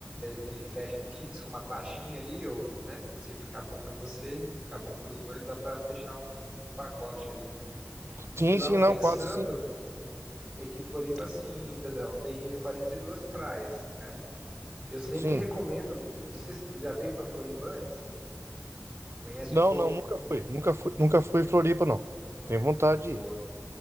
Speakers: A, in the centre; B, on the right.
A: ele fecha, fixa uma taxinha ali, ou, né? Se ficar bom para você, ficar bom para os dois, dá para fechar um, um pacote ali.
B: sim,
A: O que eu estava
B: sim, não,
A: pensando
B: passa sim,
A: é que Floripa, assim, Pedrão, tem 42 praias, né? Eu sempre
B: sim.
A: recomendo, não sei se já veio para Floripa antes, conhece
B: Não,
A: um pouco?
B: não, nunca fui. Nunca fui, nunca fui em Floripa, não. Tenho vontade de
A: boa
B: ir.